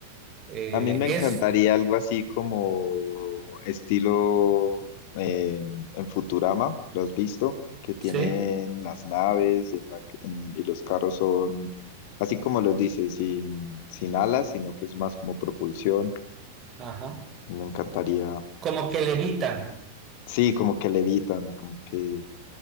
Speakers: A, on the right; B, on the left.
A: Eh,
B: A mí me
A: es,
B: encantaría algo así como estilo eh, en Futurama, ¿lo has visto? Que tienen
A: sí,
B: las naves en la que- en- y los carros son, así como los dices, sin, sin alas, sino que es más como propulsión.
A: ajá,
B: Me encantaría,
A: como que levitan.
B: sí, como que levitan, como que